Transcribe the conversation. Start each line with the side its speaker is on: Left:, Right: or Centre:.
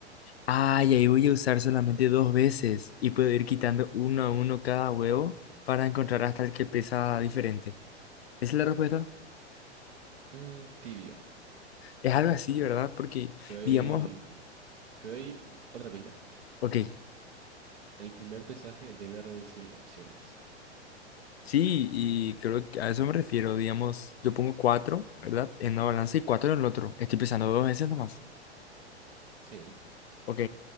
Left: Ah, y ahí voy a usar solamente dos veces y puedo ir quitando uno a uno cada huevo para encontrar hasta el que pesa diferente. ¿Esa es la respuesta?
Right: Mm, tibio.
Left: Es algo así, ¿verdad? Porque,
Right: Te doy,
Left: digamos,
Right: te doy otra pista.
Left: ok,
Right: El primer pesaje debe reducir opciones.
Left: sí, y creo que a eso me refiero. Digamos, yo pongo cuatro, ¿verdad? En una balanza y cuatro en el otro. Estoy pesando dos veces nomás.
Right: Sí,
Left: Ok.